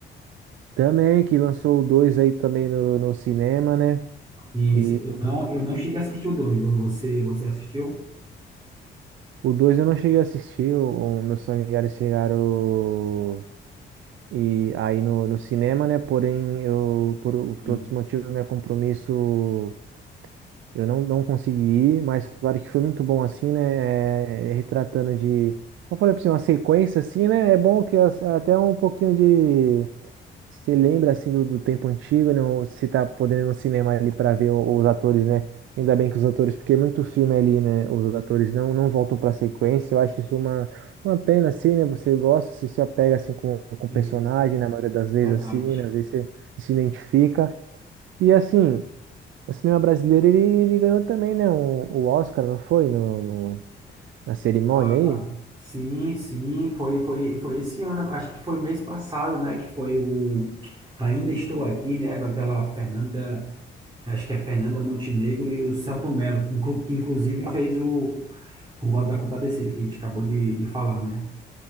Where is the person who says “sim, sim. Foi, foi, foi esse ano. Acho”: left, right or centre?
Right